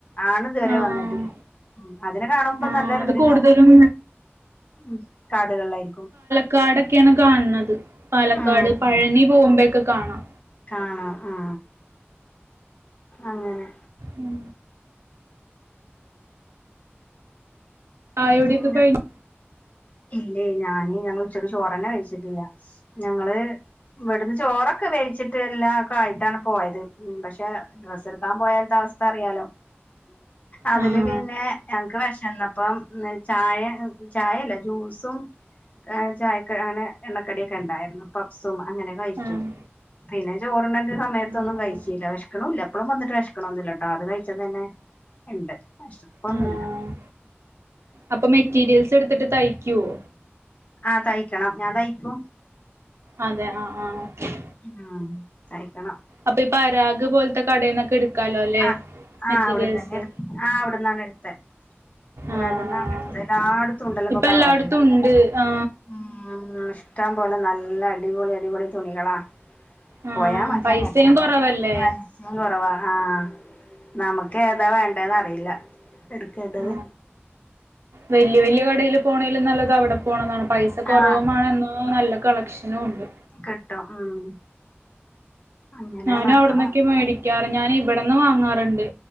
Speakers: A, on the left; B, on the right.
A: ആണ് ഇതുവരെ
B: ആഹ്
A: വന്നിട്ടില്ല. അതിനെ കാണുമ്പോ
B: ആഹ്
A: നല്ല
B: അത്
A: ഒരു
B: കൂടുതലും
A: ഉം കാടുകളിലായിരിക്കും.
B: ക്കാടൊക്കെയാണ് കാണുന്നത് പാലക്കാട്
A: ഉം
B: പഴനി
A: ഉം
B: പോകുമ്പോഴൊക്കെ കാണാം.
A: കാണാം ഉ അങ്ങനെ
B: ഉം ചായുടിയൊക്കെ
A: പിന്ന
B: കഴിഞ്ഞ്
A: ഇല്ലേ ഞാന് ഞങ്ങൾ ഉച്ചക്ക് ചോറന്നെ കഴിച്ചിട്ടില്ല ഞങ്ങള് ഇവിടുന്ന് ചോറ് ഒക്കെ വേടിച്ചിട്ട് എല്ലാക്കെ ആയിട്ടാണ് പോയത് പക്ഷെ ഡ്രസ് എടുക്കാൻ പോയാലത്തെ അവസ്ഥ അറിയാലോ അതില്
B: ആഹ്
A: പിന്നെ ഞങ്ങക്ക് വിശ ന്നപ്പോ അപ്പം ചായ ചായയല്ല ജ്യൂസും ചായക്ക അങ്ങനെ എണ്ണക്കടിയോക്കെ ഉണ്ടായിരുന്നു പഫ്സും അങ്ങനെ കഴിച്ചു
B: ആഹ്
A: പിന്നെ ചോറുണ്ണേന്റെ സമയത്തൊന്നും
B: ആഹ്
A: കഴിച്ചില്ല വിശക്കണൂല്ല എപ്പഴും വന്നിട്ട് വിശക്കണൊന്നുമില്ലാട്ടോ അത് കഴിച്ചത് തന്നെ ഉണ്ട് വിശപ്പൊന്നുമില്ല
B: ആഹ് അപ്പൊ മെറ്റീരിയൽസ് എടുത്തിട്ട് തയ്ക്കുവോ
A: ആഹ തയ്ക്കണം ഞാൻ തയ്ക്കും
B: അതെ ആഹ ആഹ് ആഹ്
A: ആഹ് തഴിക്കണം
B: അപ്പൊ ഈ പരാഗ് പോലത്തെ കടേന്നൊക്കെ എടുക്കാലോ അല്ലേ
A: ആഹ
B: മെറ്റീരിയൽസ്
A: ആഹ് അവിടന്നന്നെ എടുത്തെ ആഹ് അവിടന്നാണ് എടുത്തെ പരാഗ്
B: ആഹ്
A: ന്നാണ് എടുത്ത് എല്ലാടെത്തും ഉണ്ടല്ലോ ഇപ്പോ
B: ഇപ്പൊ
A: പരാഗ്
B: എല്ലായിടത്തും ഉണ്ട് ആ
A: ഉം ഇഷ്ടം പോലെ നല്ല അടിപൊളി അടിപൊളി തുണികളാ
B: ആ
A: പോയാ മതി
B: പൈസയും
A: അങ്ങോട്ട്
B: കൊറവല്ലേ
A: പൈസയും കുറവാ ആഹ നമുക്ക് ഏതാ വേണ്ടന്ന് അറിയില്ല എടുക്കേണ്ടത്
B: ആ വല്യ വല്യ കടേല് പോണെലും നല്ലത് അവിടെ പോണതാണ് പൈസ കുറവുമാണ്
A: ആ
B: എന്ന നല്ല കളക്ഷൻ കളക്ഷനുമുണ്ട്
A: കിട്ടും ഉം അങ്ങനെ
B: ഞാനും
A: മക്കള്
B: അവിടന്നൊക്കെ മേടിക്കാറ് ഞാൻ ഇവിടന്ന് വാങ്ങാറ്ണ്ട്